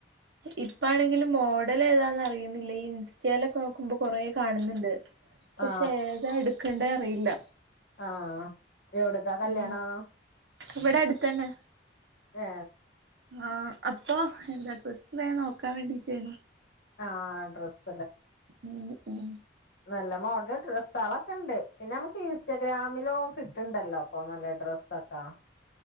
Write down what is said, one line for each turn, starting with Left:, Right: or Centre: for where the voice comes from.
Right: ഇപ്പാണെങ്കിലും മോഡൽ ഏതാന്ന. അറിയുന്നില്ല ഈ ഇൻസ്റ്റേലൊക്കെ നോക്കുമ്പോ കൊറേ കാണുന്നുണ്ട് പക്ഷെ
Left: ആ
Right: ഏതാ എടുക്ക ണ്ടെ അറിയില്ല.
Left: ആ എവിടക്കാ കല്യാണം
Right: ഉം ഇവിടെ അടുത്തന്നെ
Left: ഏ
Right: ആ അപ്പൊ എന്താ ഡ്രസ്സ് വേം നോക്കാൻ വേണ്ടീട്ടായിരുന്നു.
Left: ആ ഡ്രസ്
Right: ഉം ഉം
Left: നല്ല മോഡൽ ഡ്രസ്സാളൊക്കെണ്ട് പിന്നെ നമുക്ക് ഇൻസ്റ്റാഗ്രാമിലോ കിട്ടണ്ടല്ലോ ഇപ്പൊ നല്ല ഡ്രസ്സ്. സത്താ